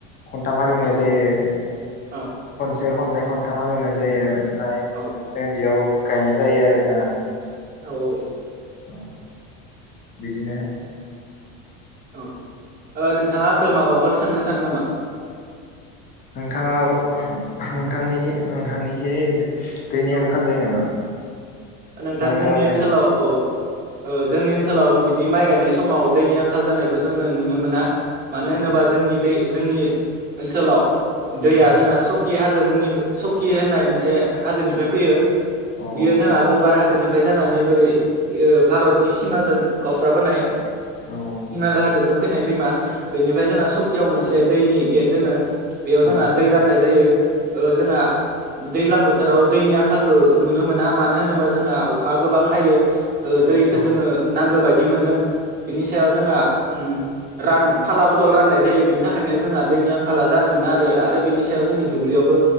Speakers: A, on the left; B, on the right.
A: खन्थाम हालेवनाय जायो
B: औ
A: बे खननै खनथाम हालेवनाय जायो ओमफ्राय
B: औ
A: जों बेयाव गायनाय जायो आरोना
B: औ औ
A: औ बिदिनो
B: औ ओ नोंथाङा आंखौ माबाफोर सोंनो सानो नामा
A: नोंथाङा नोंथांनि नोंथांनिखि दैनि
B: औ
A: आंखाल जायो नामा?
B: नोंथां
A: माइ
B: जोंनि
A: आबाद गाय
B: ओनसोलाव औ ओ जोंनि ओनसोलाव बिदि माइ गायनाय समाव दैनि आंखाल जानायखौ जोंङो नुनो मोना मानो
A: अ
B: होनोबा जोंनि दै जोंनि ओनसोलाव दैया
A: औ
B: जोंहा स कि हाजो मुंनि सकि होननाय मोनसे हाजोनिफ्राय फैयो
A: औ
B: बियो जोंहा गंगार हाजोनिफ्राय जानानै बोरै ओ भारतनि सिमाजों गावस्राबोनाय
A: औ
B: हिमालय हाजोजों फैनाय दैमा बेनिफ्राय जोंहा सकियाव मोनसे दैनि गेट दोंङो बेयाव
A: अ
B: जोंहा दै राननाय जायो ओ जोंहा दैज्लां बोथोराव दैनि आंखालखौ नुनो मोना मानो होनोबा जोंहा अखा गोबां हायो ओ दैखो
A: औ
B: जोंङो नांगौ बायदि मोनो। बिनि सायाव जोंहा उम रान फाला बदल राननाय जायो बिनि थाखायनो जोंहा दैनि आंखाला जानो मोना आरो बिनि सायाव जोंनि दुब्लियावबो